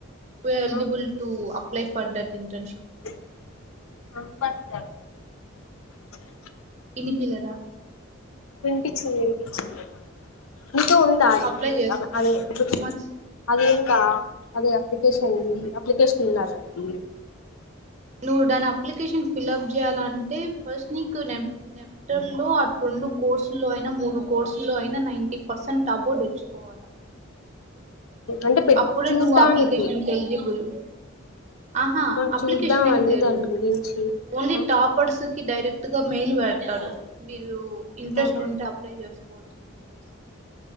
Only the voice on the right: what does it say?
ఉయ్ eligible
to apply for that internship
ఇనిపిలేదా
అప్లై చేసుకోవచ్చు
టూ మంత్స్
నువ్వు దాని అప్లికేషన్ ఫిల్అప్ చేయాలంటే ఫస్ట్ నీ కు నేప్ నెప్టల్లో అట్ రెండు కోర్సుల్లో అయినా మూడు కోర్సు లో అయినా నైన్టీ పర్సెంట్ టబు తెచ్చుకోవాలా
అప్పుడే
నువ్వు అప్లికేషన్ ఎలిజిబుల్ ఆహా
అప్లికేషన్
ఏమి లేదు
ఓన్లీ
టాపర్స్ డైరెక్ట్ గా మెయిల్ పెడతారు మీరు ఇంట్రెస్ట్
ఉంటే అప్లై చేసుకోవచ్చు చడిసి